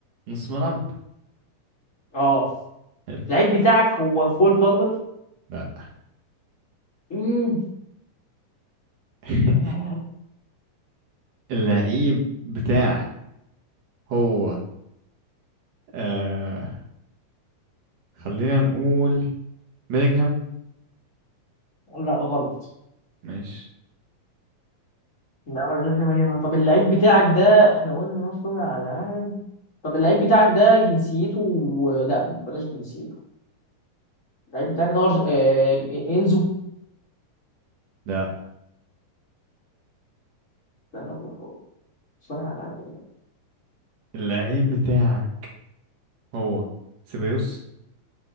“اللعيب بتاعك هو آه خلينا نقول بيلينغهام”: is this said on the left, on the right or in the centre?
Right